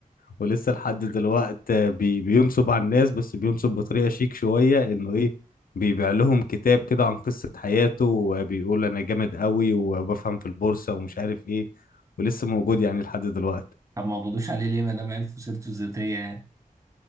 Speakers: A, on the left (about 75°); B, on the right (about 20°).
A: ولسه لحد دلوقت بي بينصب على الناس بس بينصب بطريقة شيك شوية انه ايه بيبيع لهم كتاب كده عن قصة حياته وبيقول انا جامد قوي وبفهم في البورصة ومش عارف ايه ولسه موجود يعني لحد دلوقت
B: طب ما قبضوش عليه ليه ما دام عرفوا سيرته الذاتية يعني